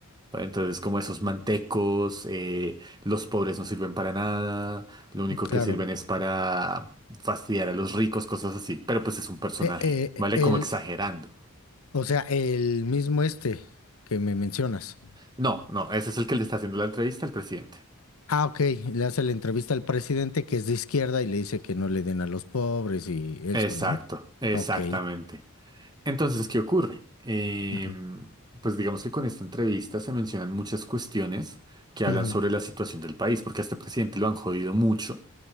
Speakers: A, on the right (about 20°); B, on the left (about 75°).
A: ¿vale? Entonces, como esos mantecos, eh, los pobres no sirven para nada, lo único
B: claro.
A: que sirven es para fastidiar a los ricos, cosas así. Pero pues es un personaje,
B: Eh, eh,
A: ¿vale?
B: el,
A: Como exagerando.
B: o sea, el mismo este que me mencionas.
A: No, no, ese es el que le está haciendo la entrevista al presidente.
B: Ah, ok. Le hace la entrevista al presidente que es de izquierda y le dice que no le den a los pobres y eso,
A: Exacto,
B: ¿no?
A: exactamente.
B: Ok.
A: Entonces, ¿qué ocurre? Em,
B: ujú,
A: pues digamos que con esta entrevista se mencionan muchas cuestiones que hablan
B: ujú,
A: sobre la situación del país, porque a este presidente lo han jodido mucho.